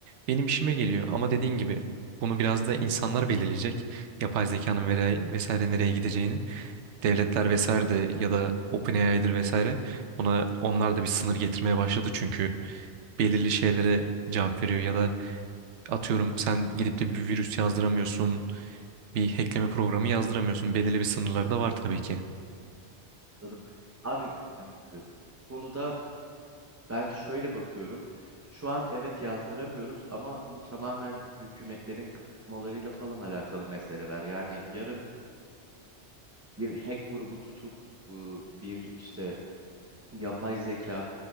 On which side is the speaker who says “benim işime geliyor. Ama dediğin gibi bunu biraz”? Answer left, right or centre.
Right